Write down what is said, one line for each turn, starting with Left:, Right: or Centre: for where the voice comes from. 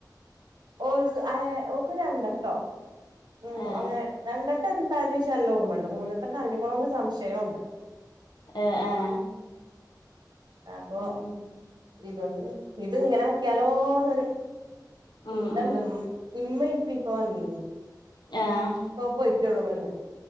Right: ഓക്ക് ആയെ ഓക്ക് രണ്ടട്ടോ ഉം
Left: ആഹ്
Right: അങ്ങനെ രണ്ടെട്ടം എന്താഞീച്ച നല്ലൊർമയുണ്ട് മൂന്നട്ടം കളഞ്ഞിക്കണന്ന് സംശയം ഉണ്ട്
Left: ആഹ്
Right: അപ്പൊ
Left: ഉം
Right: ഇതൊന്ന് ഇത് ഇങ്ങനെ ആക്കിയാലോന്നൊരു പിന്തണ്ട്
Left: ഉം ഉം ഉം
Right: ഇമ്മി ഇപ്പീ ഇപ്പൊ വന്നീനി
Left: ആഹ്
Right: പ പോയ്റ്റേള്ളൂ ഇവിടുന്ന്